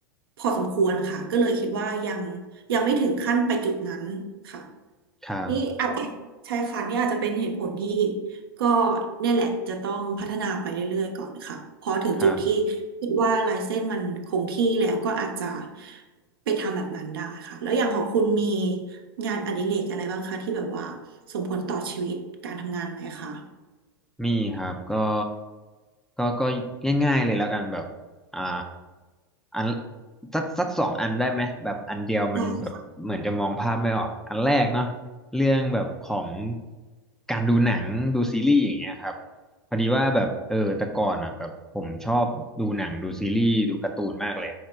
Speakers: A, on the right; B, in the centre.
A: พอสมควรค่ะก็เลยคิดว่ายังยังไม่ถึงขั้นไปจุดนั้นค่ะ
B: ครับ
A: นี่อาจใช่ค่ะนี่อาจจะเป็นเหตุผลที่ก็เนี่ยแหละจะต้องพัฒนาไปเรื่อยๆก่อนค่ะพอถึงจุดที่คิดว่าลายเส้นมันคงที่แล้วก็อาจจะ
B: ครับ
A: ไปทำแบบนั้นได้ค่ะแล้วอย่างของคุณมีงานอดิเรกอะไรบ้างคะที่แบบว่าส่งผลต่อชีวิตการทำงานไหมคะ
B: มีครับก็ก็ก็ง่ายๆเลยแล้วกันแบบอ่าอันสักสักสองอันได้ไหมแบบอันเดียวมันแบบเหมือนจะมองภาพไม่ออกอันแรกเนาะ
A: ได้
B: เรื่องแบบของการดูหนังดูซีรีส์อย่างเงี้ยครับพอดีว่าแบบเออแต่ก่อนอ่ะแบบผมชอบดูหนังดูซีรีส์ดูการ์ตูนมากเลย